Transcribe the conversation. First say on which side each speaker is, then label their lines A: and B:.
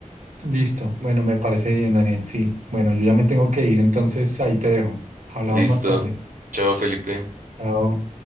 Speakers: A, on the right; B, on the right.
A: Listo. Bueno, me parece bien, Daniel. Sí. Bueno, yo ya me tengo que ir, entonces ahí te dejo. Hablamos
B: Listo.
A: más tarde.
B: Chao, Felipe.
A: Chao.